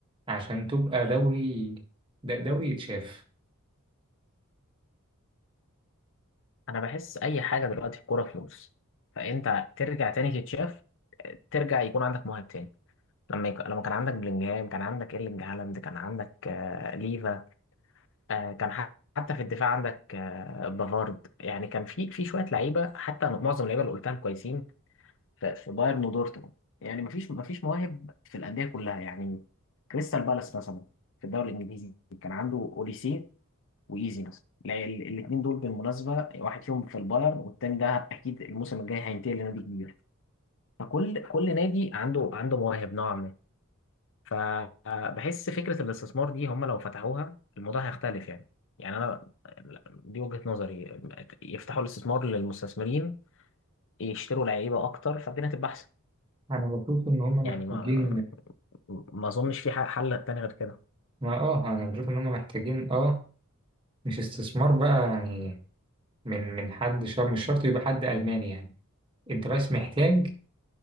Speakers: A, on the right (about 25°); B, on the left (about 60°).
A: عشان تبقى دوري د- دوري يتشاف
B: انا بحس اي حاجه دلوقتي في الكوره فلوس فانت ترجع تاني تتشاف ترجع يكون عندك مواهب تاني لما يك... لما كان عندك بلينجهام كان عندك ايرلينج هالاند كان عندك آه... ليفا آه... كان ح... حتى في الدفاع عندك آه... بافارد يعني كان في في شويه لعيبه حتى معظم اللعيبه اللي قلتها كويسين في, في بايرن ودورتموند يعني مفيش مفيش مواهب في الانديه كلها يعني كريستال بالاس مثلا في الدوري الانجليزي كان عنده اوليسي وايزي مثلا الاثنين دول بالمناسبه واحد فيهم في البايرن والتاني ده اكيد الموسم الجاي هينتقل لنادي كبير فكل كل نادي عنده عنده مواهب نوعا ما فبحس فكره الاستثمار دي هم لو فتحوها الموضوع هيختلف يعني يعني انا دي وجهه نظري يفتحوا الاستثمار للمستثمرين يشتروا لعيبه اكتر فالدنيا هتبقى احسن
A: انا بشوف ان هم محتاجين
B: يعني ما ما اظنش في حل تاني غير كده
A: ما اه انا بشوف ان هم محتاجين اه مش استثمار بقى يعني من من حد شر مش شرط يبقى حد الماني يعني انت بس محتاج